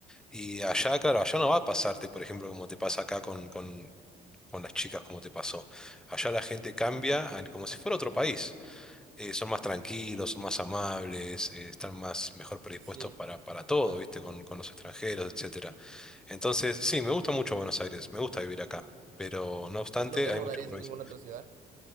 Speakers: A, in the centre; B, on the right (about 50°).
A: Y allá, claro, allá no va a pasarte, por ejemplo, como te pasa acá con, con, con las chicas, como te pasó. Allá la gente cambia a- como si fuera otro país. Eh, son más tranquilos, son más amables, eh, están más mejor predispuestos
B: sí,
A: para, para todo,
B: total,
A: ¿viste? Con, con los extranjeros, etcétera. Entonces, sí, me gusta mucho Buenos Aires, me gusta vivir acá. Pero no obstante,
B: ¿no te mudarías
A: hay mucha provincia.
B: a ninguna otra ciudad?